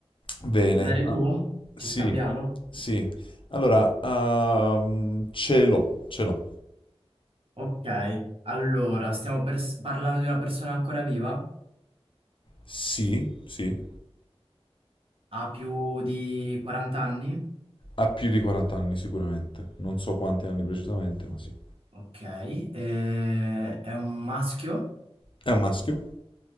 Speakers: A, on the left; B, on the right.
A: Bene.
B: Vuoi andare
A: Ah,
B: tu?
A: Sì,
B: Ci scambiamo?
A: sì. Allora, ehm, ce l'ho, ce l'ho.
B: Ok, allora, stiamo pers- parlando di una persona ancora viva?
A: Sì, sì.
B: Ha più di 40 anni?
A: Ha più di 40 anni sicuramente, non so quanti anni precisamente, ma sì.
B: Ok, eh, è un maschio?
A: È un maschio?